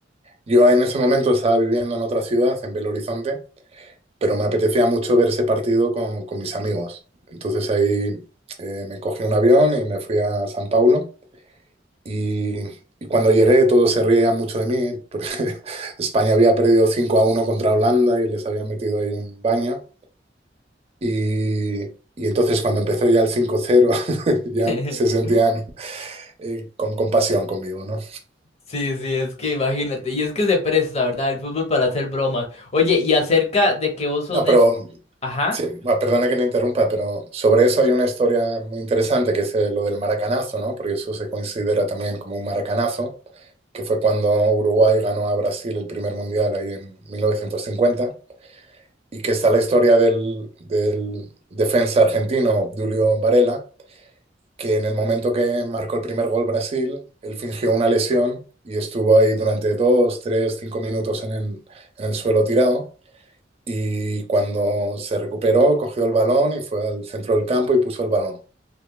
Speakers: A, on the right; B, on the left.
A: Yo en ese momento estaba viviendo en otra ciudad, en Belo Horizonte, pero me apetecía mucho ver ese partido con, con mis amigos. Entonces ahí eh, me cogí un avión y me fui a San Paulo y, y cuando llegué, todos se reían mucho de mí, porque <laughs> España había perdido 5 a uno contra Holanda y les habían metido ahí un baño. Y, y entonces, cuando empezó ya el cinco cero <laughs> ya
B: <laughs>
A: se sentían eh, con compasión conmigo, ¿no?
B: Sí, sí, es que imagínate, y es que se presta, ¿verdad? El fútbol para hacer bromas. Oye, y acerca de que vos sos
A: No,
B: de...
A: pero
B: Es- Ajá,
A: sí, bueno, perdona que te interrumpa, pero sobre eso hay una historia muy interesante que es eh, lo del maracanazo, ¿no? Porque eso se considera también como un maracanazo, que fue cuando Uruguay ganó a Brasil el primer mundial ahí en 1950. y que está la historia del, del defensa argentino Julio Varela, que en el momento que marcó el primer gol Brasil, él fingió una lesión y estuvo ahí durante dos, tres, cinco minutos en el, en el suelo tirado. Y cuando se recuperó, cogió el balón y fue al centro del campo y puso el balón.